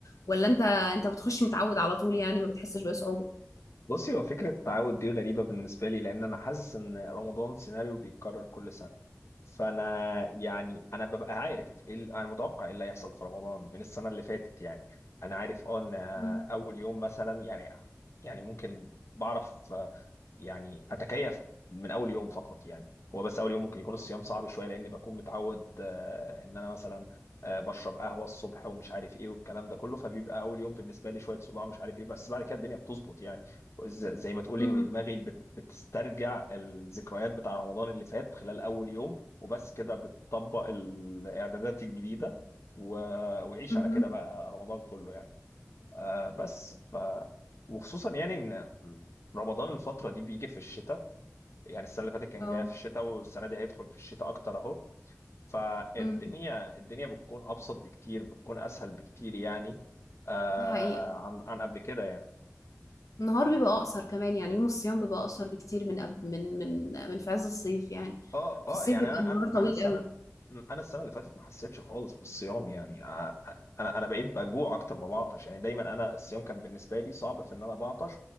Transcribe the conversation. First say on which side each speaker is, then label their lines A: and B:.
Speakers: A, on the left; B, on the left.
A: ولا انت انت بتخش متعود على طول يعني ما بتحسش بصعوبه
B: بصي هو فكرة التعود دي غريبة بالنسبة لي لأن أنا حاسس إن رمضان سيناريو بيتكرر كل سنة فأنا يعني أنا ببقى عارف إيه ال- أنا متوقع إيه اللي هيحصل في رمضان من السنة اللي فاتت يعني أنا عارف أه إن
A: مم.
B: أول يوم مثلا يعني يعني ممكن بعرف آه، يعني اتكيف من اول يوم فقط يعني هو بس اول يوم ممكن يكون الصيام صعب شويه لان بكون متعود آه، ان انا مثلا آه، بشرب قهوه الصبح ومش عارف ايه والكلام ده كله فبيبقى اول يوم بالنسبه لي شويه صداع مش عارف ايه بس بعد كده الدنيا بتظبط يعني ز- زي ما تقولي
A: مم.
B: ان دماغي بت- بتسترجع الذكريات بتاع رمضان اللي فات خلال اول يوم وبس كده بتطبق الاعدادات الجديده و- وعيش
A: مم.
B: على كده بقى رمضان كله يعني آه بس ف وخصوصا يعني ان رمضان الفترة دي بيجي في الشتاء يعني السنة اللي فاتت كان
A: اه
B: جاي في الشتاء والسنة دي هيدخل في الشتاء أكتر أهو فالدنيا
A: امم
B: الدنيا بتكون أبسط بكتير بتكون أسهل بكتير يعني آه
A: دي حقيقه
B: عن عن قبل كده يعني
A: النهار بيبقى اقصر كمان يعني يوم الصيام بيبقى اقصر بكتير من أب... من من من في عز الصيف يعني
B: اه اه
A: في الصيف
B: يعني
A: بيبقى
B: انا
A: النهار
B: انا
A: طويل
B: أنا السنه
A: قوي
B: انا السنه اللي فاتت ما حسيتش خالص بالصيام يعني آه، آه، انا انا بقيت بجوع اكتر ما بعطش يعني دايما انا الصيام كان بالنسبه لي صعب في ان انا بعطش